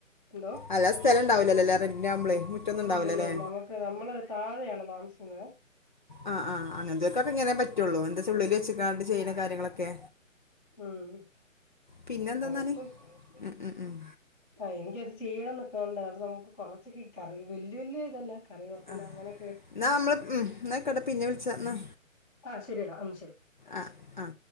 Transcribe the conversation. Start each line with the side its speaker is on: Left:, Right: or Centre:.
Centre: എന്തോ?
Left: അല്ല സ്ഥലം ഉണ്ടാവില്ലല്ലോ അല്ലേ റെന്റിനാകുമ്പളേ മുറ്റൊന്നും ഉണ്ടാവില്ലല്ലേ
Centre: ഇല്ലില്ല നമുക്ക് നമ്മള് താഴെയാണ് താമസം ക്കുന്നെ
Left: ആ ആ അങ്ങനത്തെയൊക്കേ ഇങ്ങനെ പറ്റുള്ളൂ. എന്താ ഉുള്ളിൽ വെച്ച്ക്കാണ്ട്
Centre: ഉം
Left: ചെയ്യുന്ന കാര്യങ്ങളൊക്കെ.
Centre: ഉം.
Left: പിന്നെന്താന്നാല്
Centre: നോക്ക്
Left: ഉം ഉം ഉം
Centre: ആ എനിക്കത് ചെയ്യണം എന്നൊക്കെ ഉണ്ട്. അപ്പൊ നമുക്ക് കൊറച്ചൊക്ക ഈ കറി വല്യ വല്യ ഇതല്ല. കറിവേപ്പില
Left: ആ
Centre: അങ്ങനെയൊക്കെ
Left: എന്നാ നമ്മള് ഉം എന്ന കെടാ പിന്നെ വിളിച്ച എന്നാ.
Centre: ആ ശരിയടാ ഉം ശരി.
Left: ആ ആ